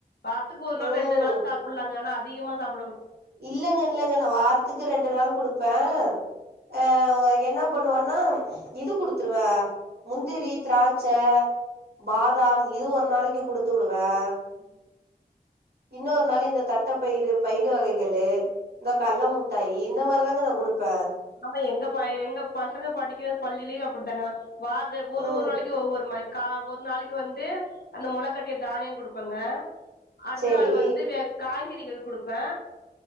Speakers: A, on the left; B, on the right.
A: வாரத்துக்கு ஒரு நாள்
B: ம்
A: ரெண்டு நாள் சாப்புட்லாங்க ஆனா அதிகமா சாப்
B: இல்லங்க இல்லங்க நா வாரத்துக்கு ரெண்டு நாள் குடுப்பேன் ஆ என் ன பண்ணுவன்னா இது குடுத்துருவே முந்திரி திராட்ச பாதாம் இது ஒரு நாளைக்கு குடுத்து வுடுவேன்
A: ம்
B: இன்னொரு நாள் இந்த தட்டப்பயிறு பயிறு வகை களு இந்த கல்ல முட்டாயி இந்த மாரி தாங்க நா குடுப்பேன்
A: ஆமா எங்க ப எங்க பசங்க படிக்கிற பள்ளிலயும் அப்பிடித்தாங்க வாத ஒரு
B: ம்
A: ஒரு நாளைக்கு ஒவ்வொரு மாரி கா ஒரு நாளைக்கு வந்து அந்த முளை கட்டிய தானியம் குடுப்பாங்க அடுத்த
B: சேரி
A: நாள் வந்து வே காய்க கறிகள் குடுப்பே